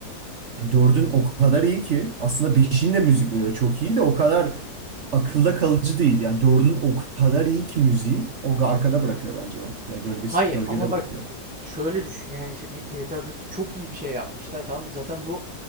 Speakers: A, on the right; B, in the centre.
A: dördün o kadar iyi ki aslında beşin de müzikleri çok iyi de o kadar akılda kalıcı değil. Yani dördün o kadar iyi ki müziği o arkada bırakıyor bence onu. Ya gölgesi,
B: Hayır
A: gölgede
B: ama bak
A: bırakıyor.
B: şöyle düşün yani şimdi GTA 4'te çok iyi bir şey yapmışlar tamam mı? Zaten bu